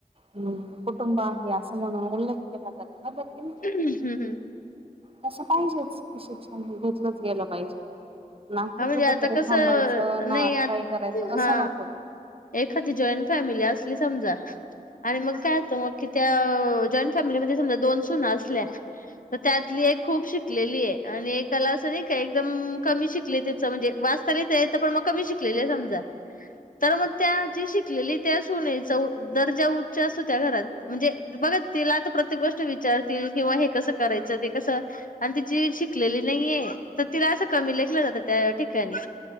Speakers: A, on the right; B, on the left.
A: हम्म, कुटुंब आहे असं म्हणून उल्लेख केला जातो बरबर की नी.
B: हम्म हम्म
A: तसं पाहिजे. की, शिक्षण घेतलंच गेलं पाहिजे. ना की
B: हा म्हणजे
A: कुठ
B: आता
A: तरी
B: कसं
A: थांबायचं, ना
B: नाही आ
A: काही करायचं असं
B: हा
A: नकोय.
B: एखादी जॉईंट फॅमिली असली समजा आणि मग काय होतं. मग कि त्या जॉईंट फॅमिलीमध्ये समजा दोन सुना असल्या. तर त्यातली एक खूप शिकलेलीये, आणि एकला असं नाही का? एकदम कमी शिक शिक म्हणजे वाचता लिहता येत पण मग कमी शिकले आहे समजा. तर मग त्या जी शिकलेली त्या सुनेचा दर्जा उच्च असत़ो. त्या घरात. म्हणजे बघा तिला तर प्रत्येक गोष्ट विचारतील. किंवा हे कसं करायचं ते कसं आण ति जी शिकलेली नाहीये, त तिला असं कमी लेखलं जातात. त्या ठिकाणी,